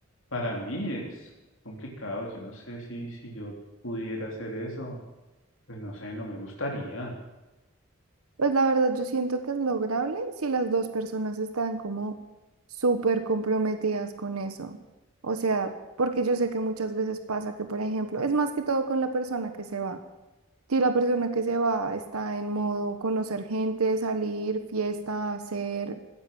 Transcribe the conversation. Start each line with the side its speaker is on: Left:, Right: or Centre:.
Left: para mí es complicado. Yo no sé si, si yo pudiera hacer eso. Pues no sé, no me gustaría.
Right: Pues la verdad, yo siento que es lograble si las dos personas están como súper comprometidas con eso. O sea, porque yo sé que muchas veces pasa que, por ejemplo, es más que todo con la persona que se va. Si la persona que se va está en modo conocer gente, salir, fiesta, hacer